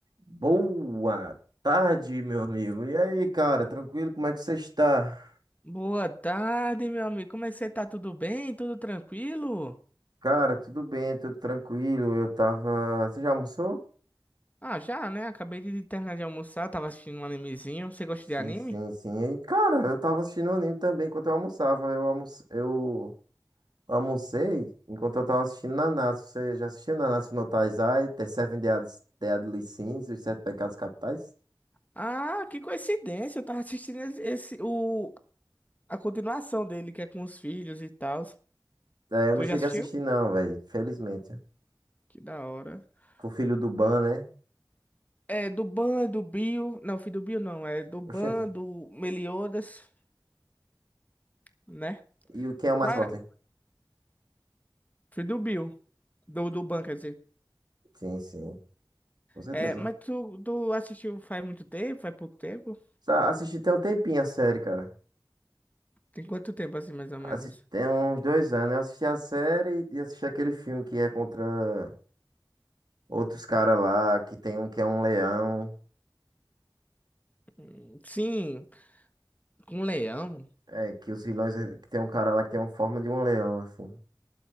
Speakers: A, on the right (about 60°); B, on the left (about 20°).
A: Boa tarde, meu amigo. E aí, cara, tranquilo? Como é que você está?
B: Boa tarde, meu amigo. Como é que você tá? Tudo bem? Tudo tranquilo?
A: Cara, tudo bem, tudo tranquilo. Eu tava. Você já almoçou?
B: Ah, já, né? Acabei de terminar de almoçar, tava assistindo um animezinho. Você gosta
A: Sim,
B: de anime?
A: sim, sim. E, cara, eu tava assistindo um anime também enquanto eu almoçava. Eu, almoce... eu almocei enquanto eu tava assistindo Nanatsu. Você já assistiu Nanatsu no Taizai, The Seven Deadly, Deadly Sins, Os Sete Pecados Capitais?
B: Ah, que coincidência. Eu tava assistindo esse, esse- o, a continuação dele, que é com os filhos e tal.
A: É, eu
B: Tu
A: não cheguei
B: já assistiu?
A: a assistir, não, velho. Felizmente.
B: Que da hora.
A: Com o filho do Ban,
B: É,
A: né?
B: é do Ban, do Bill. Não, filho do Bill não. É do Ban,
A: Oxente.
B: do Meliodas, né?
A: E o- quem é o mais
B: Qual
A: forte?
B: era? Filho do Bill. Do, do Ban, quer dizer.
A: Sim, sim. Com certeza.
B: É, mas tu, tu assistiu faz muito tempo? Faz pouco tempo?
A: Sa- Assisti tem um tempinho a série, cara.
B: Tem quanto tempo assim, mais ou
A: Assi-
B: menos?
A: Tem uns dois anos. Eu assisti a série e assisti aquele filme que é contra outros caras lá, que tem um que é um leão.
B: Hum, Sim, com leão?
A: É, que os vilões, eh, que tem um cara lá que tem uma forma de um leão, assim.